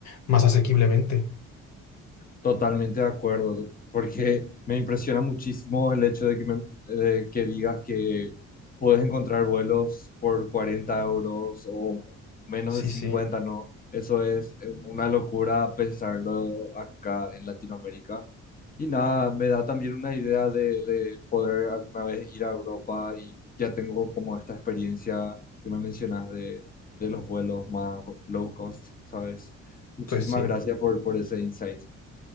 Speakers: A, on the left; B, on the left.
A: más asequiblemente.
B: Totalmente de acuerdo, porque me impresiona muchísimo el hecho de que, me- de que digas que puedes encontrar vuelos por 40 euros o menos
A: Sí,
B: de 50,
A: sí,
B: ¿no? Eso es eh, una locura pensarlo acá en Latinoamérica. Y nada, me da también una idea de, de poder alguna vez ir a Europa y ya tengo como esta experiencia que me mencionas de, de los vuelos más low cost, ¿sabes? Muchísimas
A: pues sí.
B: gracias por, por ese insight.